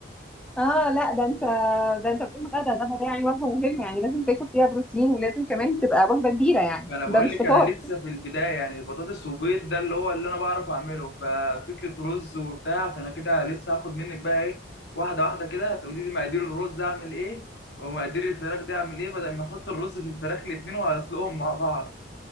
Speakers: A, in the centre; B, on the left (about 70°).
A: اه لا ده انت ده انت بتقول غدا غدا ده يعني وجبه مهمه يعني لازم تاكل فيها بروتين ولازم كمان تبقى وجبه كبيره يعني
B: ما انا بقول
A: ده مش
B: لك
A: فطار
B: انا لسه في البدايه يعني بطاطس وبيض ده اللي هو اللي انا بعرف اعمله ففكره رز وبتاع فانا كده لسه هاخد منك بقى ايه واحده واحده كده تقولي لي مقادير الرز اعمل ايه ومقادير الفراخ دي اعمل ايه بدل ما احط الرز في الفراخ الاثنين واسلقهم مع بعض